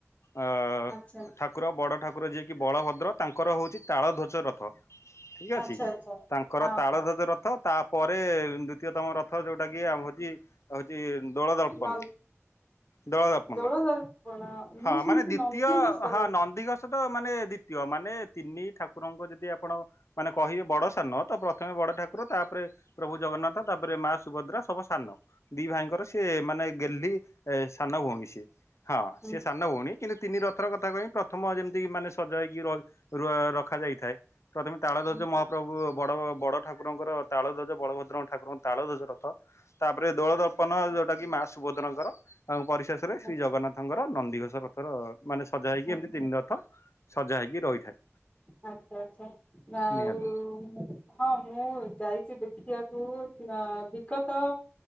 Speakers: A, on the left; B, on the left.
A: ଅ
B: ଆଚ୍ଛା
A: ଠାକୁର ବଡ଼ ଠାକୁର ଯିଏକି ବଳଭଦ୍ର ତାଙ୍କର ହଉଚି ତାଳ ଧ୍ୱଜ ରଥ। ଠିକ୍ ଅଛି
B: ଆଚ୍ଛା ଆଚ୍ଛା
A: ତାଙ୍କର
B: ହଁ
A: ତାଳଧ୍ବଜ
B: ହଁ
A: ରଥ ତା ପରେ ଦ୍ଵିତୀୟତମ ରଥ ଯୋଉଟା କି ଆମ୍ ହଉଚି ହଉଚି ଦୋଳ ଦର୍ପଣ।
B: ନ
A: ଦଳଦପନ
B: ଦୋଳ ଦର୍ପଣ ମୁଁ
A: ହଁ
B: ଶୁଣିଛି
A: ମାନେ ଦ୍ଵିତୀୟ
B: ନନ୍ଦିଘୋଷର
A: ହଁ ନନ୍ଦିଘୋଷ୍ ଛୋଟ ମାନେ ଦ୍ୱିତୀୟ ମାନେ ତିନି ଠାକୁରଙ୍କ ଯଦି ଆପ୍ ଆପଣ ମାନେ କହିବେ ବଡ଼ ସାନ ତ ପ୍ରଥମେ ବଡ଼ ଠାକୁର ତାପ୍ରେ ପ୍ରଭୁ ଜଗନ୍ନାଥ ତାପ୍ରେ ମା ସୁଭଦ୍ରା ସବୁ ସାନ ଦି ଭାଇଙ୍କର ସିଏ ମାନେ ଗେଲ୍ହି ଏ ସାନ ଭଉଣୀ ସିଏ ହଁ
B: ହୁଁ
A: ସିଏ ସାନ ଭଉଣୀ। କିନ୍ତୁ ତିନି ରଥ ର କଥା କହିବି ପ୍ରଥମ ଯେମିତି ମାନେ ସଜା ହେଇକି ର ର ରଖାଯାଇଥାଏ। କରିମି ତାଳଧ୍ୱଜ
B: ହୁଁ
A: ମହାପ୍ରଭୁ ବଡ଼ ବଡ଼ ଠାକୁ ଠାକୁରଙ୍କର ତାଳଧ୍ୱଜ ବଳଭଦ୍ର ଠାକୁରଙ୍କ ତାଳଧ୍ୱଜ ରଥ। ତାପରେ ଦୋଳ ଦର୍ପନ ଯୋଉଟା କି ମା ସୁଭଦ୍ରଙ୍କର ତାଙ୍କ ପରିଶେଷ୍ ରେ ଶ୍ରୀ
B: ଆଚ୍ଛା
A: ଜଗନ୍ନାଥଙ୍କର ନନ୍ଦିଘୋଷ ରଥର ମାନେ ସଜା ହେଇକି
B: ଆଚ୍ଛା
A: ଏମିତି ତିନି ରଥ ସଜା ହେଇକି ରହିଥାଏ।
B: ଆଚ୍ଛା ଆଚ୍ଛା ଆଉ
A: ନିହାତି
B: ହଁ ମୁଁ ଯାଇଚି ଦେଖିବାକୁ ଅ ଦୀର୍ଘତ